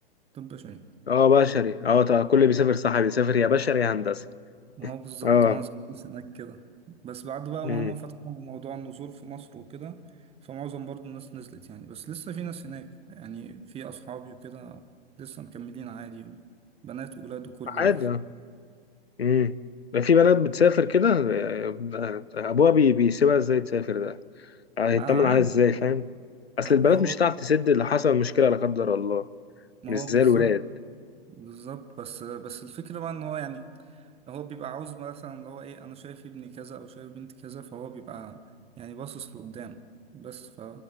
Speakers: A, on the right; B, on the left.
A: طب بشري
B: اه بشري اه طبعا كل اللي بيسافر صح بيسافر يا بشري يا هندسه
A: ما هو بالظبط
B: اه
A: معظم الناس هناك كده بس بعد بقى
B: امم
A: ما هم فتحوا موضوع النزول في مصر وكده فمعظم برضو الناس نزلت يعني بس لسه في ناس هناك يعني في أصحابي وكده لسه مكملين عادي بنات وولاد وكله
B: عادي
A: بقى <laughs>
B: اه امم ده في بنات بتسافر كده آه، ابوها بي بيسيبها ازاي تسافر ده آه، هيطمن
A: آه عادي
B: عليها ازاي فاهم اصل
A: آه
B: البنات
A: ما هو
B: مش هتعرف تسد اللي حصل مشكله لا قدر الله
A: ما
B: مش
A: هو
B: زي
A: بالظبط
B: الولاد
A: بالظبط بس بس الفكرة بقى إن هو يعني هو بيبقى عاوز مثلا اللي هو إيه أنا شايف ابني كذا أو شايف بنتي كذا فهو بيبقى يعني باصص لقدام بس ف